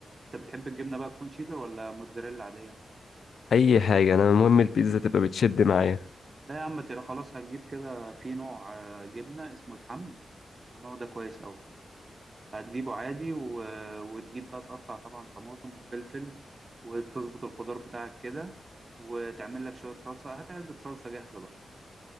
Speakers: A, on the right; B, on the left.
A: أنت بتحب الجبنة بقى تكون شيدر ولا موتزاريلا عادية؟
B: أي حاجة أنا المهم البيتزا تبقى بتشد معايا
A: لا يا عم تلا خلاص هتجيب كده في نوع آه، جبنة اسمه الحمد النوع ده كويس أوي هتجيبه عادي و... وتجيب بقى تقطع طبعا طماطم وفلفل وتظبط الخضار بتاعك كده وتعمل لك شوية صلصة هات علبة صلصة جاهزة بقى